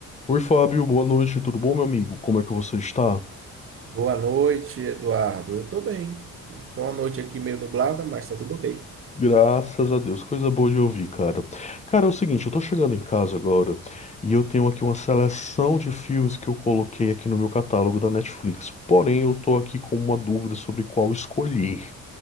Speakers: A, on the left; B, on the right.
A: Oi, Fábio, boa noite, tudo bom, meu amigo? Como é que você está?
B: Boa noite, Eduardo. Eu tô bem. Então, a noite aqui meio nublada, mas tá tudo ok.
A: Graças a Deus, coisa boa de ouvir, cara. Cara, é o seguinte, eu tô chegando em casa agora e eu tenho aqui uma seleção de filmes que eu coloquei aqui no meu catálogo da Netflix. Porém, eu tô aqui com uma dúvida sobre qual escolher.